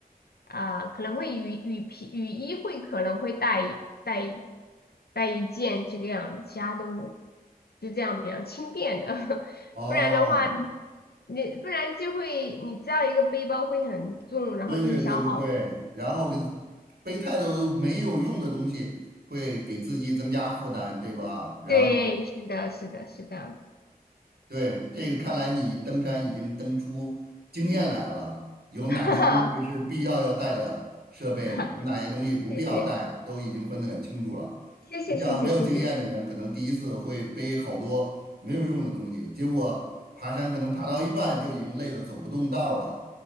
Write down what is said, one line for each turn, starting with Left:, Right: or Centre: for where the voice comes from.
Left: 啊、可能会雨雨披雨衣会可能会带一带一带一件这个样子，其他都就这样比较轻便的，<laughs>
Right: 哦，
Left: 不然的话，你不然就会你知道一个背包会很重，然后就会消耗。
Right: 对对对对对，然后给背太多没有用的东西，会给自己增加负担，对吧？然后
Left: 对，是的，是的，是的，
Right: 对，这个看来你登山已经登出经验来了，有哪些东西是必要要带的设备，
Left: <laughs> 哈哈
Right: 有哪些东西不必要带，
Left: 谢谢，
Right: 都已经分得很清楚了。
Left: 谢谢，
Right: 那像没有经验的人，
Left: 谢谢，谢谢。
Right: 可能第一次会背好多没有用的东西，结果爬山可能爬到一半就已经累得走不动道儿了，